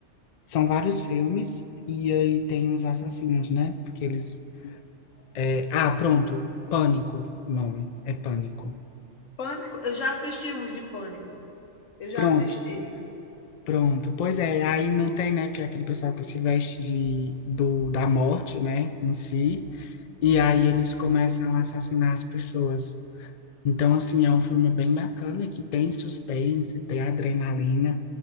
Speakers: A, on the left; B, on the left.
A: São vários filmes, e aí tem os assassinos, né? Porque eles. é, Ah, pronto, Pânico, o nome, é Pânico.
B: Pânico, eu já assisti uns de pânico. Eu já
A: Pronto,
B: assisti.
A: Pronto, pois é, aí não tem, né, que é aquele pessoal que se veste de, do, da morte, né, em si, e aí eles começam a assassinar as pessoas. Então, assim, é um filme bem bacana, que tem suspense, tem adrenalina,